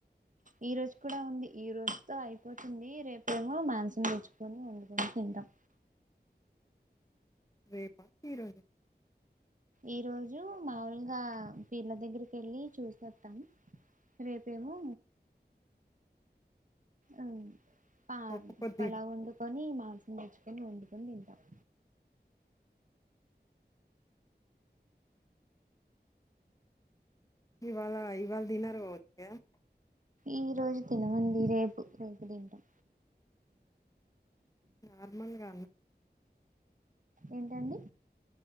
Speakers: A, on the right; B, on the left.
A: ఈ రోజు కూడా ఉంది ఈ రోజుతో అయిపోతుంది రేపేమో మాంసం తెచ్చుకొని వండుకొని తింటాం
B: రేపా ఈరోజు
A: ఈ రోజు మాములుగా పీర్ల దగ్గరికి వెళ్ళి చూసి వస్తాం రేపేమో ఆ ఆ
B: ఒక్క
A: ప
B: పొద్దు
A: పలావ్ వండుకొని మా మాంసం తెచ్చుకొని వండుకొని తింటాం
B: ఇవాళ ఇవాళ తినరు కావచ్చు
A: ఈ రోజు తినమండి రేపు రేపు తింటం
B: నార్మల్గానా
A: ఏంటండి